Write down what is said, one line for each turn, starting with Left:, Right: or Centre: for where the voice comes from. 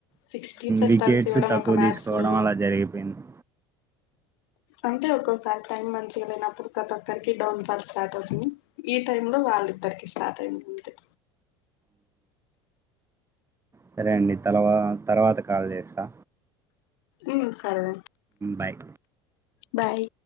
Left: సిక్స్టీ ప్లస్
Right: వికెట్స్
Left: టమ్స్ ఇవ్వడం
Right: తక్కువ
Left: ఒక మ్యాచ్
Right: తీసుకోవడం
Left: లో
Right: అలా జరిగిపోయింది
Left: అంటే ఒక్కోసారి టైం మంచిగా లేనప్పుడు ప్రతి ఒక్కరికి డౌన్ ఫాల్ స్టార్ట్ అవుతుంది ఈ టైంలో వాళ్ళిద్దరికి స్టార్ట్ అయి ఉంది
Right: సరే అండి తర్వా తర్వాత కాల్ చేస్తా
Left: ఇ సరే
Right: బాయ్
Left: బాయ్